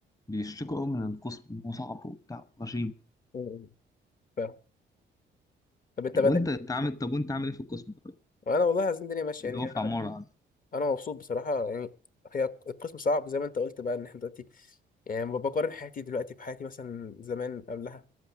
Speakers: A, on the left; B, on the left.
A: بيشتكوا قوي من القسم إن هو صعب وبتاع وغشيم
B: م- ف... طب انت بدأ
A: وانت تعمل
B: إيه؟
A: طب وانت عامل ايه في القسم طيب
B: وانا والله عايزين الدنيا ماشيه
A: اللي
B: يعني
A: هو
B: انا
A: في عماره عندك
B: أنا مبسوط بصراحه يعني هي القسم صعب زي ما انت قلت بقى ان احنا دلوقتي يعني بقارن حياتي دلوقتي بحياتي مثلا زمان قبلها